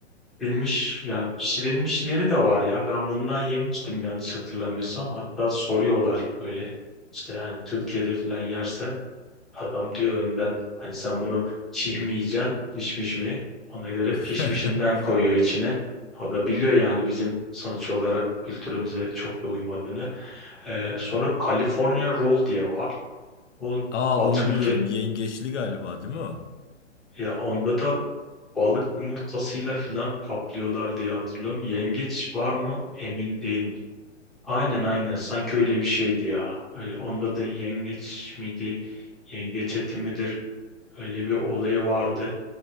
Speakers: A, in the centre; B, on the left (about 70°).
A: Pişirilmiş ya pişirilmişleri de var ya. Ben bundan yemiştim yanlış hatırlamıyorsam. Hatta soruyorlar böyle işte yani Türkiye'de falan yersen adam diyor önden hani sen bunu çiğ mi yiyeceksin, pişmiş mi? Ona göre pişmişinden
B: <laughs>
A: koyuyor içine. O da biliyor yani bizim sonuç olarak kültürümüze çok da uymadığını. Ee, sonra California Roll diye var. O
B: Aa
A: batı
B: onu
A: ülke
B: biliyorum. Yengeçli galiba değil mi o?
A: ya onda da balık yumurtasıyla filan kaplıyorlar diye hatırlıyorum. Yengeç var mı emin değilim. Aynen aynen sanki öyle bir şeydi ya. Öyle onda da yengeç miydi? Yengeç eti midir? Öyle bir olayı vardı.